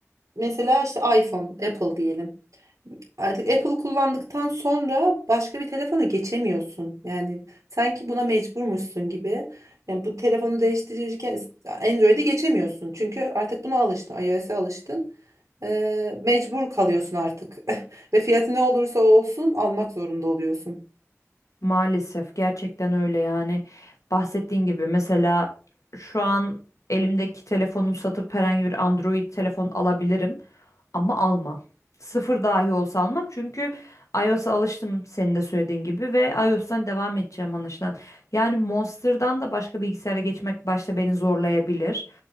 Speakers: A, on the right; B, on the left.
A: mesela işte iPhone, Apple diyelim. Artık Apple'ı kullandıktan sonra başka bir telefona geçemiyorsun. Yani sanki buna mecburmuşsun gibi. Yani bu telefonu değiştirirken Android'e geçemiyorsun. Çünkü artık buna alıştın, iOS'e alıştın. Ee, mecbur kalıyorsun artık. <laughs> Ve fiyatı ne olursa olsun almak zorunda oluyorsun.
B: Maalesef gerçekten öyle yani bahsettiğin gibi mesela şu an elimdeki telefonu satıp herhangi bir Android telefon alabilirim ama almam. Sıfır dahi olsa almam çünkü iOS'a alıştım senin de söylediğin gibi ve iOS'tan devam edeceğim anlaşılan. Yani Monster'dan da başka bilgisayara geçmek başta beni zorlayabilir